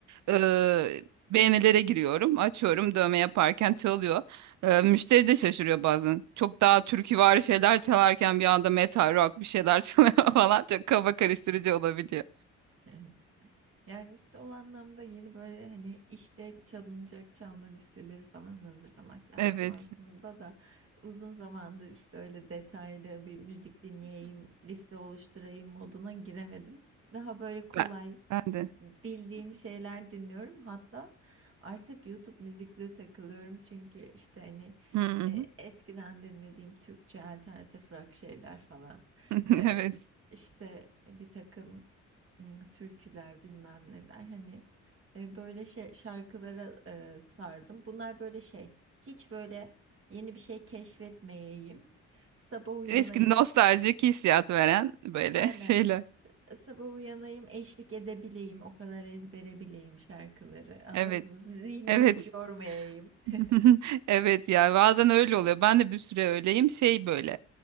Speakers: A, on the right (about 70°); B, on the right (about 45°).
A: Eee, beğenilere giriyorum. Açıyorum dövme yaparken çalıyor. Eee, müşteri de şaşırıyor bazen. Çok daha türküvari şeyler çalarken bir anda metal rock bir şeyler <laughs> çalıyor falan. Çok kafa karıştırıcı olabiliyor.
B: Evet. Yani, işte, o anlamda yeni, böyle, hani, işte çalınacak çalma listeleri falan hazırlamak lazım
A: Evet.
B: aslında da uzun zamandır, işte, öyle detaylı bir müzik dinleyeyim, liste oluşturayım moduna giremedim. Daha, böyle, kolay,
A: Ben, ben de.
B: bildiğim şeyler dinliyorum. Hatta artık YouTube müzikte takılıyorum çünkü, işte, hani,
A: Hı hı.
B: eee, eskiden dinlediğim Türkçe alternatif rock şeyler falan,
A: <laughs>
B: eee,
A: Evet.
B: işte, bir takım Imm, türküler, bilmem neler, hani, eee, böyle şey şarkılara, eee, sardım. Bunlar böyle şey, hiç böyle yeni bir şey keşfetmeyeyim, sabah uyanayım
A: Eski nostaljik hissiyat veren böyle
B: Aynen,
A: <laughs> şeyler.
B: sabah uyanayım, eşlik edebileyim, o kadar ezbere bileyim şarkıları, anladın
A: Evet.
B: mı? Zihnimi
A: Evet.
B: hiç yormayayım. <laughs>
A: <laughs> Evet ya bazen öyle oluyor. Ben de bir süre öyleyim. Şey böyle